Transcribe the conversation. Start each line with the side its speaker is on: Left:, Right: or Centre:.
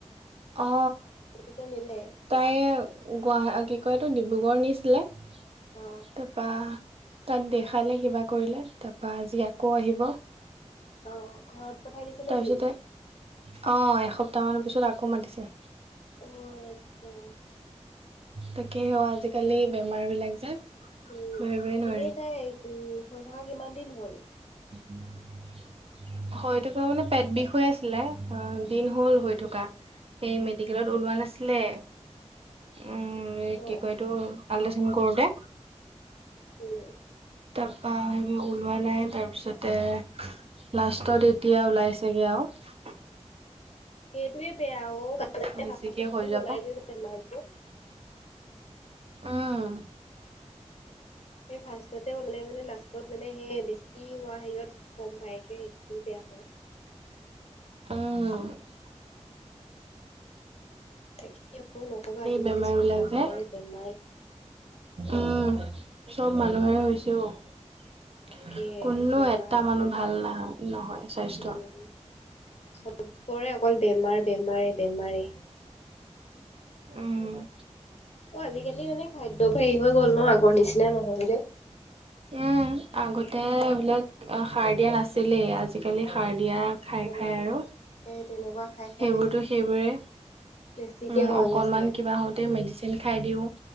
Right: অ
Left: গতিকে নিলে
Right: তাই গুৱাহাট কি কয়টোো ডিব্ৰুগড় নিছিলে তাৰপৰা
Left: অ
Right: তাত দেখালে কিবা কৰিলে তাৰপা আজি আকৌ আহিব
Left: আহ ঘৰত পঠাই দিছে
Right: তাৰপিছতে
Left: নেকি
Right: অ এসপ্তাহ মানৰ পিছত আকৌ মাতিছে
Left: অ আতছা
Right: তাকে আজিকালি বেমাৰ বিলাক যে
Left: উম
Right: ধৰিবই নোৱাৰি
Left: এনেই তাই উ হৈ থকা কিমান দিন হ'ল
Right: উম হৈ থকা মানে পেট বিষ হৈ আছিলে অ দিন হল হৈ থকা সেই মেডিকেলত ওলোৱা নাছিলে উ
Left: অ অ
Right: কি কয় এইটো আল্ট্ৰাচাউন কৰোতে
Left: উম
Right: তাৰপা সেই ওলোৱা নাই তাৰপিছতে লাষ্টত এতিয়া ওলাইছেগে আৰু
Left: সেইটোৱে বেয়া অ
Right: বেছিকে
Left: গাত
Right: হৈ যাবা।
Left: নোলাই যে বেমাৰটো
Right: আহ।
Left: সে ফাৰ্ষ্টতে হ'লে মানে লাষ্টত মানে সে বেছি হোৱা হেৰিয়ত কম পায়কে সেইটোও বেয়া হয়।
Right: অ'।
Left: তাকে নক'বা আজিকালি
Right: বেমাৰ
Left: চব
Right: বিলাক
Left: মানুহৰে
Right: যে
Left: বেমাৰ।
Right: উম, চব মানুহেৰে হৈছে অ'।
Left: তাকে
Right: কোনো
Left: কি কৰিবা
Right: এটা মানুহ ভাল নহয়, নহয় স্বাস্থ্য।
Left: উম চবৰে অকল বেমাৰ, বেমাৰে, বেমাৰে।
Right: উম।
Left: অ', আজিকালি মানে খাদ্য হেৰি হৈ গ'ল ন' আগৰ নিচিনা নহয় যে।
Right: উম, আগতে এইবিলাক সাৰ দিয়া নাছিলেই আজিকালি সাৰ দ দিয়া খাই,
Left: উম
Right: খাই আৰু
Left: সেই তেনেকুৱা খাই
Right: সেইবোৰতো
Left: খাই বেছি
Right: সেইবোৰে উম,
Left: বেছিকে হৈ
Right: অকনমান
Left: গৈছে
Right: কিবা হওঁতে মেডিচিন খাই দিওঁ।